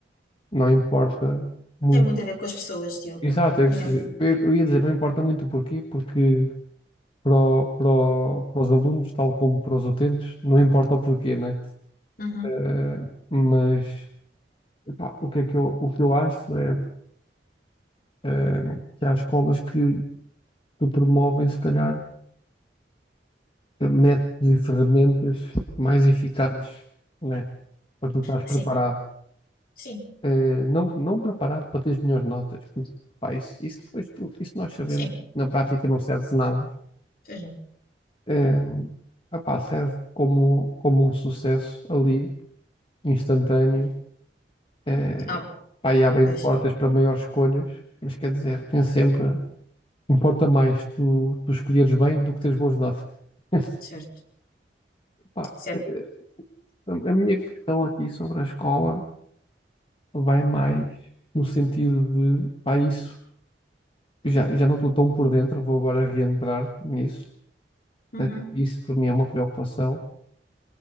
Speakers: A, on the left; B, on the left.
A: não importa muito
B: Tem muito a ver com as pessoas, Diogo.
A: Exato, é
B: Minha
A: que se-
B: opinião.
A: eu eu ia dizer, não importa muito o porquê, porque para, o- para, o- para os alunos, tal como para os utentes, não importa o porquê, né?
B: Uhum.
A: Eh, mas pá, o que é que eu, o que eu acho é eh, que há escolas que, que promovem, se calhar, eh, métodos e ferramentas mais eficazes, né? Para tu estás
B: Sim,
A: preparado.
B: sim,
A: Eh, não, não preparado para teres melhores notas. Pá, isso, isso, depois tu- isso nós sabemos,
B: sim.
A: na prática não serve de nada.
B: Pois não.
A: eh, opá, serve como, como um sucesso ali, instantâneo, eh,
B: Ah,
A: pá, e abrem
B: pois,
A: portas para maiores escolhas, mas quer dizer, tem sempre, importa mais tu, tu escolheres bem do que teres boas notas. <laughs>
B: certo.
A: Pá,
B: Certo.
A: eh, a a minha questão aqui sobre a escola vai mais no sentido de, pá, isso, já, já não estou tão por dentro, vou agora reentrar nisso.
B: Uhum.
A: Eh, Isso para mim é uma preocupação